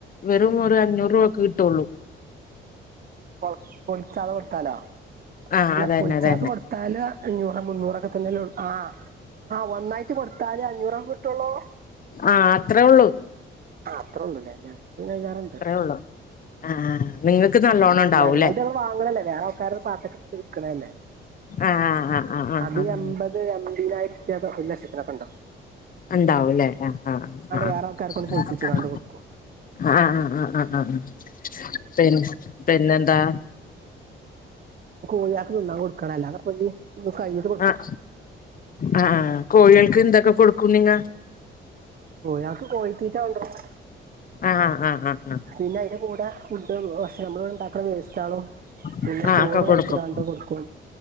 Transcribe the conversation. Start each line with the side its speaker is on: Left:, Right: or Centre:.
Left: വെറും ഒരു അഞ്ഞൂറ് രൂപക്ക് കിട്ടൂള്ളൂ.
Right: പൊള പൊളിച്ചാതെ കൊട്ത്താലോ?
Left: ആഹ്
Right: അല്ല
Left: അതന്നെ
Right: പൊൾച്ചാതെ
Left: അതന്നെ
Right: കൊടുത്താല് അഞ്ഞൂറ് മുന്നൂറൊക്കെ തന്നെയല്ലേ ഇള്ളൂ, ആഹ്. ആഹ് ഒന്നായിട്ട് കൊട്ത്താല് അഞ്ഞൂറെ കിട്ടൂള്ളൂ?
Left: ആഹ് അത്രേ ഇള്ളു.
Right: ആഹ് അത്രെള്ളൂല്ലേ? ഞങ്ങക്ക് പിന്നെ ഞാറ്ണ്ട്.
Left: ഉള്ളൂ ആഹ് നിങ്ങൾക്ക് നല്ലോണം
Right: ഉം.
Left: ഉണ്ടാവൂല്ലേ
Right: ഞങ്ങൾതങ്ങനെ വാങ്ങ്ണല്ല വേറ ക്കാരം പാത്രത്ത്ക്ക്ട്ക്കണല്ലേ?
Left: ആഹ് ആഹ് ആഹ് ആഹ് ആഹ്
Right: അത്
Left: ആഹ്
Right: എമ്പ ത് എമ്പതിനായിരം ഉർപ്യ ഒര് ലക്ഷത്തിനൊക്കെണ്ടാകും.
Left: ഇണ്ടാവുല്ലേ? ആഹ് ആഹ് ആഹ്
Right: വേറെ ആൾക്കാർക്ക് കൊണ്ട് പൊളിപ്പിച്ചുകാണ്ട്
Left: ആഹ്.
Right: കൊടുക്കും
Left: ആഹ് ആഹ് ആഹ് ആഹ് ആഹ് ആഹ്. പിന്നെ, പിന്നെന്താ?
Right: കോഴിയാക്ക് തിന്നാൻ കൊട്ക്കണല്ലോ? അതപ്പജ്ജ് ഇത് കയിഞ്ഞിട്ട്
Left: അഹ് അഹ് ആഹ്. കോഴിയോൾക്കെന്തൊക്കെ കൊടുക്കും നിങ്ങ?
Right: കോഴിയാക്ക് കോഴിത്തീറ്റ കൊണ്ട്രരും.
Left: ആഹ് ആഹ് ആഹ് ആഹ്.
Right: പിന്നയ്ൻ്റെ കൂടെ ഫുഡ്ഡും ഭക്ഷ നമ്മള്വ്ടണ്ടാക്ക്ണ വേസ്റ്റാളും. പിന്നെ
Left: ആ ആ
Right: ചോറ്
Left: ഒക്കെ
Right: കൊഴച്ച്ങ്ങാണ്ട്
Left: കൊടുക്കും
Right: കൊട്ക്കും.